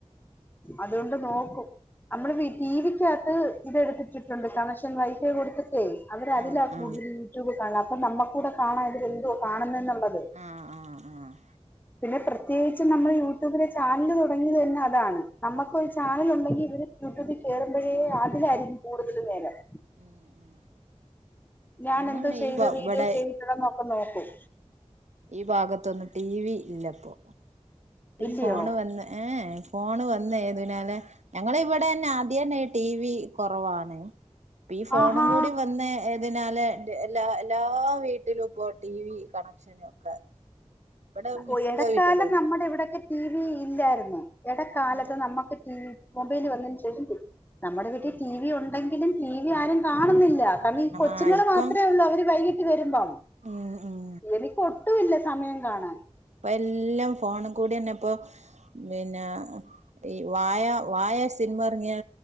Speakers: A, on the left; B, on the right.
A: അതുകൊണ്ട് നോക്കും നമ്മള് ടിവിക്കാത്ത് ഇതെടുത്തിട്ടിട്ടുണ്ട് കണക്ഷൻ വൈഫൈ കൊടുത്തിട്ടേ അവര് അതിലാ
B: ആഹ്
A: കൂടുതൽ
B: ആഹ്
A: യൂട്യൂബ് കാണാം അപ്പൊ നമ്മക്കും കൂടെ കാണാം ഇവരെന്തുവ കാണുന്നേ ന്നുള്ളത്
B: ആഹ് ആഹ്
A: പിന്നെ പ്രത്യേകിച്ചും നമ്മൾ യൂട്യൂബിലെ ചാനല് തുടങ്ങിയത് തന്നെ അതാണ് നമുക്ക് ഒരു ചാനൽ ഉണ്ടെങ്കിൽ ഇവര് യൂട്യൂബിൽ കേറുമ്പോഴേ അതിലായിരിക്കും കൂടുതൽ നേരം
B: ആഹ്
A: ഞാൻ
B: ഞങ്ങൾ
A: എന്തോ
B: പിന്നെ
A: ചെയ്ത്
B: ഈ
A: വീഡിയോ
B: ഇവിടെ
A: ചെയ്തിട്ടുണ്ടോഎന്നൊക്കെ നോക്കും
B: ഈ ഭാഗത്തൊന്നും ടി വി ഇല്ലപ്പോ
A: ഇല്ലയോ
B: ഈ ഫോണ് തന്നെ ഫോണ് വന്ന ഏതിനാല് ഞങ്ങ ഇവിടെ തന്നെ ആ അന്നെ ടി വി കുറവാണ് ഈ ഫോണും
A: ആഹാ
B: കൂടി വന്ന് ഏതിനാലെ എല്ലാ എല്ലാ വീട്ടിലും ഇപ്പോ ടി വി കണക്ഷനും ഒക്കെ ഇവിടെ മിക്ക
A: ഓഹ് എടക്കാലം
B: വീട്ടിലും ഇല്ല
A: നമ്മുടെ ഇവിടൊക്കെ ടി വി ഇല്ലായിരുന്നു എടക്കാലത്ത്
B: ഉം ഉം
A: നമ്മുക്ക് ടി വി മൊബൈല് വന്നയ്ന് ശേഷം നമ്മുടെ വീട്ടിൽ
B: ഉം
A: ടി വി ഉണ്ടെങ്കിലും ടി വി ആരും കാണുന്നില്ല കാരണം ഈ കൊച്ചുങ്ങൾ
B: ആഹ് ഇപ്പം
A: മാത്രമേ ഉള്ളൂ അവര് വൈകീട്ട് വരുമ്പം
B: ഉം ഉം
A: എനിക്ക് ഒട്ടും ഇല്ല സമയം കാണാൻ
B: ഇപ്പ എല്ലാം ഫോണി കൂടി തന്നെ ഇപ്പൊ പിന്നെ ഈ വാഴ വാഴ സിനിമ ഇറങ്ങിയെ